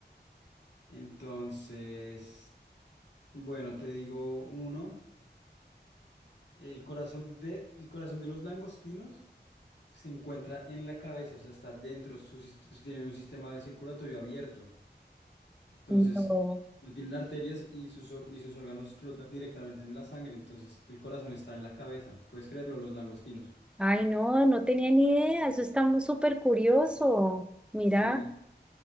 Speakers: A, on the left; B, in the centre.
A: Entonces, bueno, te digo uno, el corazón de, el corazón de los langostinos se encuentra en la cabeza, o sea, está dentro, su sist- tienen un sistema de circulatorio abierto. Entonces,
B: No,
A: no tienen arterias y sus, or- y sus órganos flotan directamente en la sangre, entonces el corazón está en la cabeza, puedes creerlo, los langostinos.
B: ay, no, no tenía ni idea. Eso está muy súper curioso. Mira,
A: Sí,